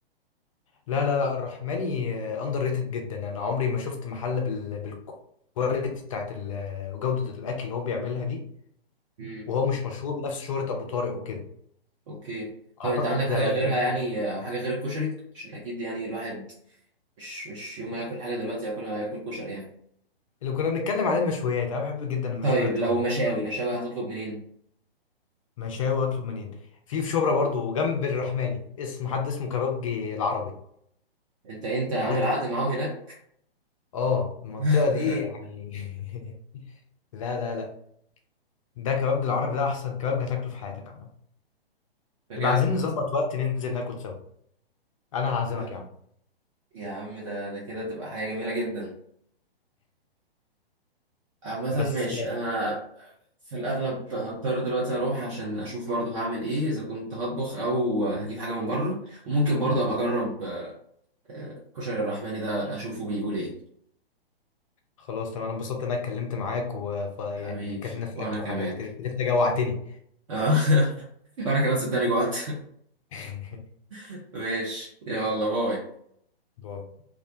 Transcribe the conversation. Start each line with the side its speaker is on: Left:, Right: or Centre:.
Left: لا لا لا الرحماني اندر ريتد جدا انا عمري ما شفت محل بال بالكواليتي بتاعت ال- جودة الاكل اللي هو بيعملها دي
Right: امم
Left: وهو مش مشهور بنفس شهرة ابو طارق وكده
Right: اوكي طب
Left: اعتقد
Right: انت عندك
Left: ده
Right: حاجه غيرها
Left: يعني
Right: يعني او حاجه غير الكشري عشان اكيد يعني الواحد مش مش يوم ما ياكل حاجه دلوقتي ياكلها ياكل كشري يعني
Left: اللي كنا بنتكلم عليه المشويات انا بحب جدا المشويات
Right: طيب لو
Left: تبقى مغمرة
Right: مشاوي مشاوي هتطلب منين
Left: مشاوي اطلب منين في في شبرا برضو جنب الرحماني اسم حد اسمه كبابجي العربي
Right: انت انت عامل
Left: ده تحفة.
Right: عقد معاهم هناك
Left: اه المنطقة
Right: <laughs>
Left: دي يعني <laughs> لا لا لا ده كبابجي العربي ده احسن كبابجي هتاكله في حياتك عامة
Right: بجد
Left: يبقى عايزين نظبط وقت ننزل ناكل سوا انا هعزمك
Right: آه،
Left: يا عم
Right: يا عم ده ده كده تبقى حاجة جميلة جدا عامة
Left: بس
Right: ماشي انا في الاغلب هضطر دلوقتي اروح عشان اشوف برضو هعمل ايه اذا كنت هطبخ او هجيب حاجة من بره وممكن برضو ابقى اجرب آه، كشري الرحماني ده اشوفه بيقول ايه
Left: خلاص تمام انا انبسطت ان انا اتكلمت معاك ويعني
Right: حبيبي
Left: اتكلمنا في
Right: وانا
Left: اكل
Right: كمان
Left: وحاجات كده كده انت جوعتني
Right: آه، <laughs> وانا كمان صدقني جوعت
Left: <laughs>
Right: <laughs> ماشي يلا باي
Left: باي